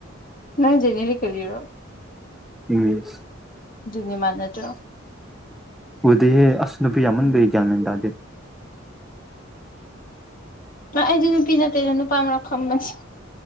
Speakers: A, on the left (about 45°); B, in the centre.
A: ꯅꯪ ꯅꯦꯔꯤ ꯀꯔꯤꯔꯣ
B: ꯏꯪꯁ
A: ꯅꯤ ꯃꯅꯠꯇꯣ
B: ꯑꯗꯨꯗꯤꯦ ꯑꯁꯅꯕꯤꯌꯥꯃꯟꯕꯔꯤ ꯀ꯭ꯌꯥꯃꯗꯗꯗꯤ
A: ꯑꯩꯗꯤ ꯅꯨꯄꯤ ꯅꯠꯇꯦꯗ ꯅꯨꯄꯥ ꯃꯔꯛ ꯈꯝꯕꯁꯦ